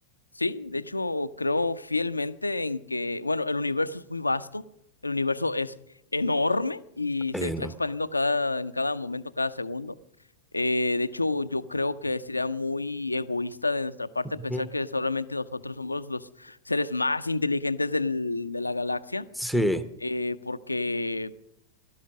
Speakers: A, on the left; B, in the centre.
A: Sí, de hecho, creo fielmente en que, bueno, el universo es muy vasto, el universo es enorme y
B: Eh,
A: se está
B: no.
A: expandiendo cada, en cada momento, cada segundo. Eh, de hecho, yo creo que sería muy egoísta de nuestra parte
B: Ujú,
A: pensar que solamente nosotros somos los seres más inteligentes del- de la galaxia,
B: Sí,
A: eh, porque